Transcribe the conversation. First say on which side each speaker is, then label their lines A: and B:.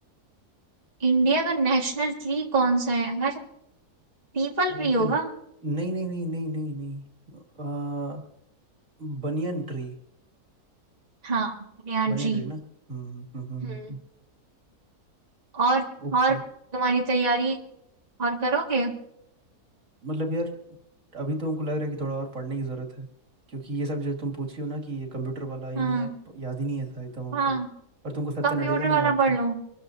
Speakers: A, on the right; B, on the right.
A: इंडिया का नेशनल ट्री कौन सा है यार पीपल
B: एक
A: ट्री होगा
B: सेकंड नहीं नहीं नहीं नहीं नहीं नहीं आ बनियन ट्री
A: हाँ बनियान
B: बनियन
A: ट्री
B: ट्री ना हम्म हम्म हम्म हम्म,
A: हम्म
B: हम्म,
A: और
B: ओके
A: और तुम्हारी तैयारी और करोगे
B: मतलब यार अभी तो हमको लग रहा है कि थोड़ा और पढ़ने की ज़रूरत है क्योंकि ये सब जो तुम पूछी हो ना कि ये कंप्यूटर वाला ये
A: हाँ
B: नहीं है याद ही नहीं है था एकदम हमको
A: हाँ
B: और तुमको सत्या
A: कंप्यूटर
B: नडेला नहीं
A: वाला
B: याद
A: पढ़
B: था
A: लो